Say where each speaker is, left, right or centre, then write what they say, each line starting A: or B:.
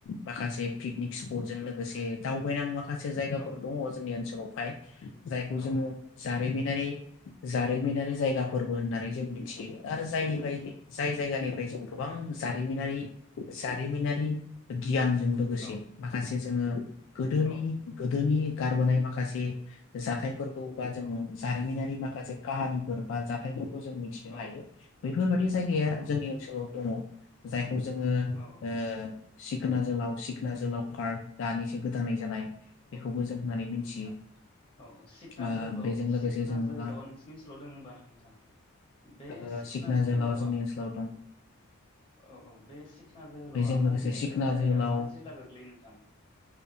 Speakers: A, on the left (about 60°); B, on the left (about 25°).
A: माखासे पिकनिक स्पट जों लोगोसे दावबायनाय माखासे जायगाफोर
B: औ
A: गाफोर दङ जोंनि ओन फाय जायखौ
B: औ
A: जोङो जारिमिनारि जारि जारिमिनारि जायगा फोरबो होननानै जों मिथियो आरो जाय जाय
B: औ
A: जायगानिफ्राय जों गोबां जारिमिनारि जारिमिनारि गियानजों लोगोसे
B: औ
A: माखासे जोङो गोदोनि
B: औ
A: गोदोनि गारबोनाय माखासे जाथायफोर ब्ला जोङो
B: औ
A: जारिमिनारि माखासे काहानिफोर बा जाथायफोर खौ जों मिथिनो
B: औ
A: हायो बेैफोरबायदि जायगाया
B: औ
A: जोंनि ओनसोलाव दङ जाय जोङो
B: औ
A: ओ सिखना जोलाव सिखना जोलाव पार्क गोदानै जानाय बेखौबो
B: औ औ
A: जों होननानै
B: औ
A: मिथियो
B: औ नोंथां औ औ सिखना
A: ओ
B: जोहोलाव
A: बेजों
B: सिखना
A: लोगोसे जोङो
B: जोहोलावा
A: ओ
B: नोंसिनि ओनसोलाव दोङो होमबा नोंथां बे
A: ओ
B: सिखना जोहोलावा
A: जोहोलाव जोंनि ओनसोलाव दं
B: औ औ बे सिखना जोहोलावा
A: बेजों लोगोसे
B: माबे
A: सिखना
B: ओ जायगा
A: जोहोलाव
B: मा जिल्ला गोग्लैयो नोंथां